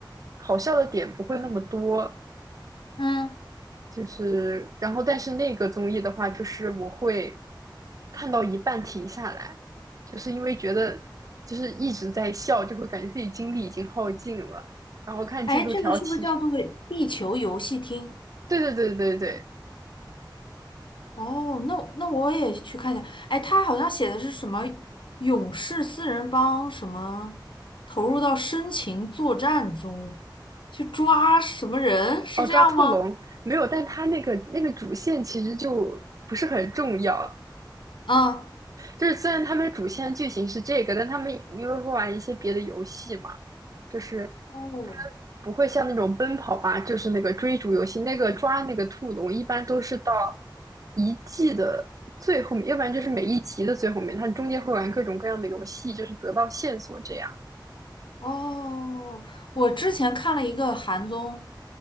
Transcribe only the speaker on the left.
嗯，
哎，这个是不是叫做地球游戏厅？
哦，那那我也去看一下。哎，他好像写的是什么勇士四人帮，什么投入到深情作战中，去抓什么人，是这样吗？
啊，
哦
哦，我之前看了一个韩综，